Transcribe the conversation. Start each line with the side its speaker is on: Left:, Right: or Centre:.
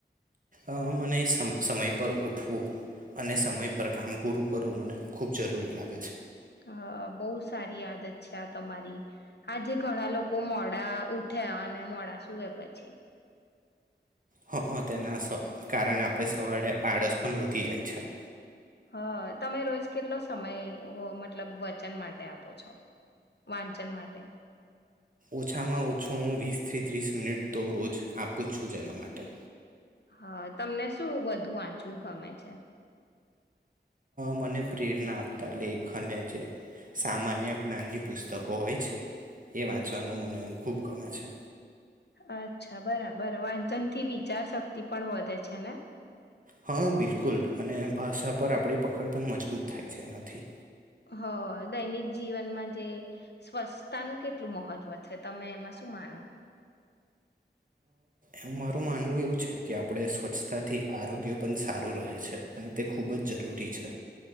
Right: અ મને સમય પર ઉઠવું અને સમય પર કામ પૂરું કરવું મને ખૂબ જરૂરી લાગે છે
Left: હ બહુ સારી યાદ છે તમારી આજે ઘણા લોકો મોડા ઉઠે અને મોડા સુૂવે પછી
Right: હ હ તેના કારણે આપણે સવારેે આળસ પણ વધી જાય છે
Left: હા તમે રોજ કેટલો સમય મતલબ વચન માટે આપો છો વાંચન માટે
Right: ઓછામાં ઓછો હું વીસથી ત્રીસ મિનિટ તો રોજ આપું છું જેના માટે
Left: હા તમને શું વધુ વાંચવું ગમે છે
Right: મને પ્રેરણા આપતા લેખને જે સામાન્ય જ્ઞાનની પુસ્તકો હોય છે એ વાંચવાનું મને ખૂબ ગમે છે
Left: અચ્છા બરાબર વાંચન થી વિચારશક્તિ પણ વધે છે ને
Right: હા બિલકુલ અને ભાષા પર આપણી પકડ પણ મજબૂત થાય છે એનાથી
Left: હ દૈનિક જીવનમાં જે સ્વચ્છતાનું કેટલું મહત્વ છે તમે એમાં શું માનો
Right: અ મારું માનવું એવું છે કે આપણે સ્વચ્છતાથી આરોગ્ય પણ સારું રહે છે તે ખૂબ જ જરૂરી છે